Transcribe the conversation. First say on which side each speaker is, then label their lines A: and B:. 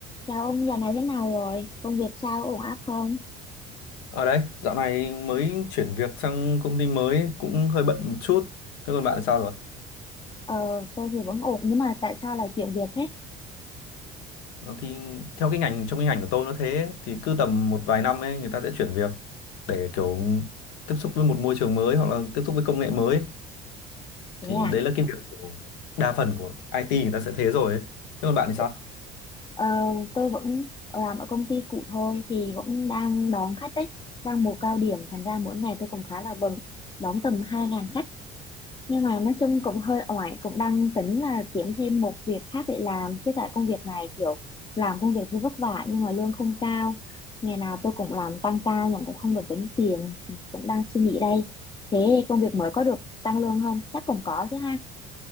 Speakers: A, on the left; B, on the left.
A: Chào ông, giờ này thế nào rồi? Công việc sao, ổn áp không?
B: Ở đây, dạo này mới chuyển việc sang công ty mới ấy, cũng hơi bận một chút. Thế còn bạn sao rồi?
A: Ờ, tôi thì vẫn ổn, nhưng mà tại sao lại chuyển việc thế?
B: Ờ, Thì theo cái ngành trong cái ngành của tôi nó thế thì cứ tầm một vài năm ấy người ta sẽ chuyển việc để kiểu tiếp xúc với một môi trường mới hoặc là tiếp xúc với công nghệ mới ấy.
A: Thế
B: Thì
A: à?
B: đấy là cái việc của đa phần của IT người ta sẽ thế rồi ấy. Thế còn bạn thì sao?
A: Thế- Ờ, tôi vẫn làm ở công ty cũ thôi, thì cũng đang đón khách đấy, đang mùa cao điểm, thành ra mỗi ngày tôi cũng khá là bận, đón tầm hai ngàn khách. nhưng mà nói chung cũng hơi oải cũng đang tính là kiếm thêm một việc khác để làm chứ tại công việc này kiểu làm công việc thì vất vả nhưng mà lương không cao ngày nào tôi cũng làm tăng ca nhưng cũng không được tính tiền cũng đang suy nghĩ đây thế công việc mới có được tăng lương không chắc cũng có chứ ha